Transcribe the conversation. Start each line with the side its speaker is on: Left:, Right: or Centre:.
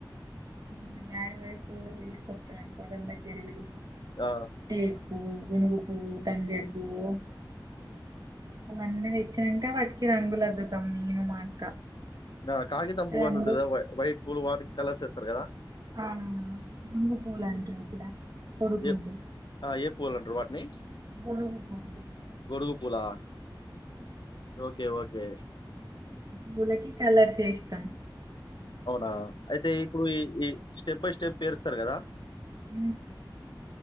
Right: మరి డాడీ వైపు వోల్ తీసుకస్తారు పొల్లం దగ్గరవి
Left: ఆ!
Right: టేకుూ పువ్వు గునుగు పువ్వు తంగేడీ ఏ
Left: <inaudible>
Right: మన్న తెచ్చినంటే వట్కి రంగులదుతాం నేను మా అక్క
Left: ఆ కాగితం పూవు
Right: రంగు
Left: అన్నంటద వైట్ పూలు వా కలర్స్ ఇస్తరు కదా
Right: అనా గుంగ పూలేంటరు ఇట్ల కొడుగుంట
Left: ఏ ఆ! ఏ పూలంటారు వాటిని?
Right: గుగు ఆ
Left: గొడుగు పూలా ఓకే ఓకే
Right: పూలకి కలర్సే ఇష్టం
Left: అవునా అయితే ఇప్పుడు ఈ ఈ స్టెప్ బై స్టెప్ పేరుస్తారు కదా
Right: హ